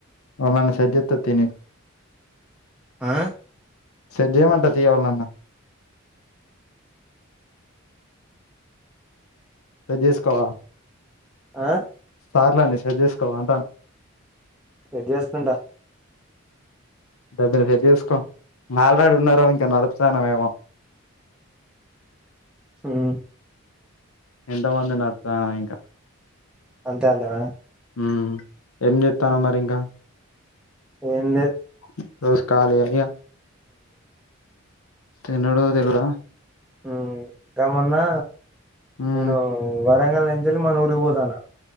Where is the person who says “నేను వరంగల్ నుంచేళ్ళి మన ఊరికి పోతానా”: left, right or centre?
Centre